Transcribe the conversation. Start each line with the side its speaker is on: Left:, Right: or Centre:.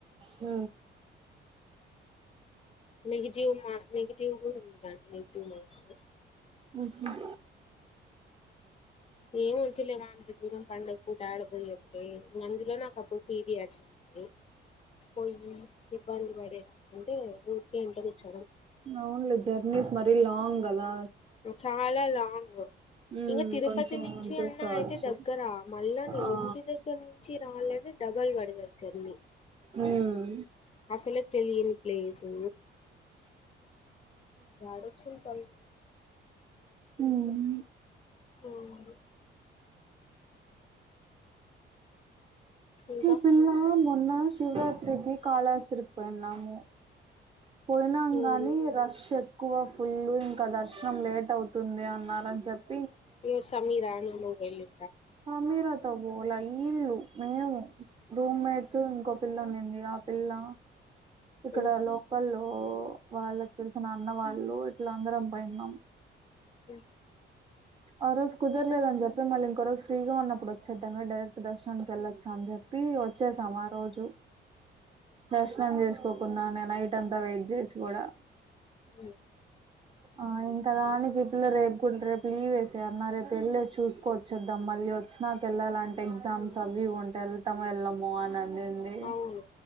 Right: ఉ
Left: నెగిటివ్ మా నెగటివ్ కూడా ఉందండి ఉ నెగిటివ్ మార్క్స్
Right: ఊహు
Left: ఏం ఉంచలేదా అనిపిస్తే పండగ పూట ఆడపిల్ల వస్తే అందులో నాకు అప్పుడు పీరియడ్స్ ఉంటాయి పోయ్యి ఇబ్బంది పడే ఉంటే ఊరికే ఇంట్లో కూర్చో
Right: అవున్లే జెర్నీస్ మరి లాంగ్ గదా
Left: చాలా లాంగ్
Right: ఉమ్
Left: ఇంక తిరుపతి
Right: కొంచెం
Left: నుంచి
Right: అడ్జస్ట్
Left: అన్నా
Right: అవచ్చు
Left: అయితే దగ్గర మళ్ళా నేను
Right: ఆ
Left: ఇంటి దగ్గర నుంచి రావాలంటే ముగ్గల్ పడి సచ్చేది జర్నీ
Right: ఉమ్
Left: అసల తెలియని ప్లేసు యాడవచ్చింది తల్లి
Right: ఉమ్
Left: ఉమ్ ఇంకా
Right: ఈ పిల్ల మో న్నా శివరాత్రికి కాళహస్త్రి కి పోయినము పోయినాం
Left: ఎవరు
Right: కానీ రష్ ఏక్ ఎక్కువ ఫుల్ ఇంకా దర్శనం లేట్ అవుతుంది అన్నరు అని చెప్
Left: ఏ సమిర్రని హోగయి
Right: సమీరత్ పోల ఈల్లు మేము రూమ్ మేట్స్ ఇంకో పిల్ల ఉండింది ఆ పిల్ల ఇక్కడ
Left: ఉమ్
Right: లోకల్లో ఓ వాళ్ళకి తెలిసిన అన్న వాళ్ళు ఇట్లా అందరం పోయిన్నాం
Left: హ్మ్
Right: ఆ రోజు కుదరలేదని చెప్పి మళ్ళీ ఇంకో రోజు ఫ్రీగా ఉన్నప్పుడు వచ్చేద్దాను డైరెక్ట్ దర్శనానికి వెళ్ళొచ్చా అని చెప్పి వచ్చేసాం ఆ రోజు దర్శనం చేస్కో తీసుకోకున్నా నేన్ నైట్ అంతా వెయిట్ చేసి కూడా
Left: అవును
Right: ఆ ఇంకా దానికి ఈ పిల్ల రేపు కూడా రేపు లీవ్ వేసే అన్నా రేపు వెళ్ళేసి చూసుకో వచ్చేద్దాం మళ్ళీ వచ్చినాకా వెళ్ళాలంటే ఎగ్జామ్స్ అవి ఇవి ఉంటాయ్ వెళ్తామో వెళ్ళమో అని అనింది
Left: అవును